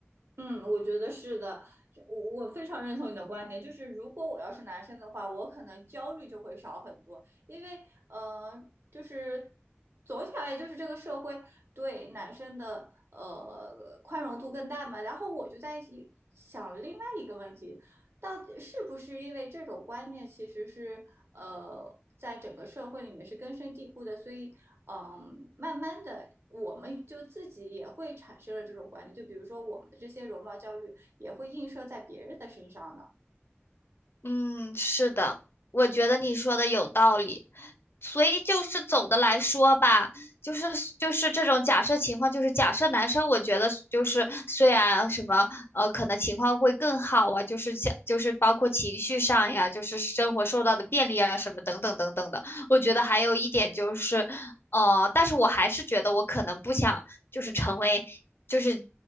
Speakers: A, on the right; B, on the left.
A: 嗯，我觉得是的，我我非常认同你的观点。就是如果我要是男生的话，我可能焦虑就会少很多，因为呃，就是总体而言，就是这个社会对男生的呃宽容度更大嘛。然后我就在想另外一个问题，到底是不是因为这种观念其实是呃在整个社会里面是根深蒂固的，所以嗯，慢慢的，我们就自己也会产生了这种观念，就比如说我们的这些容貌焦虑也会映射在别人的身上呢，
B: 嗯，是的，我觉得你说的有道理。所以就是总的来说吧，就是就是这种假设情况，就是假设男生，我觉得就是虽然什么呃，可能情况会更好啊，就是像就是包括情绪上呀，就是生活受到的便利啊，什么等等等等的。我觉得还有一点就是，呃，但是我还是觉得我可能不想就是成为就是